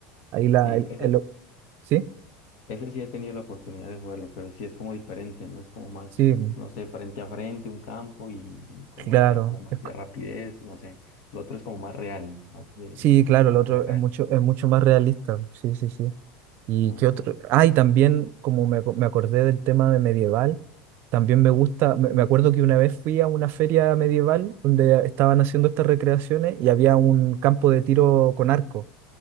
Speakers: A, on the right (about 55°); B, on the left (about 65°).
A: Ahí la,
B: Sí,
A: el,
B: ese,
A: el- ¿sí?
B: ese sí he tenido la oportunidad de jugarlo, pero sí es como diferente, ¿no? Es como más,
A: Sí,
B: no sé, frente a frente, un campo y, y como,
A: claro.
B: no sé, como más
A: Es
B: de
A: co-
B: rapidez, no sé. El otro es como más real, más de
A: sí, claro,
B: terapia
A: el otro
B: real.
A: es mucho, es mucho más realista. Sí, sí, sí. ¿Y
B: Ajá.
A: qué otro? Ah, y también, como me, aco- me acordé del tema de medieval, también me gusta, me, me acuerdo que una vez fui a una feria medieval donde estaban haciendo estas recreaciones y había un campo de tiro con arco.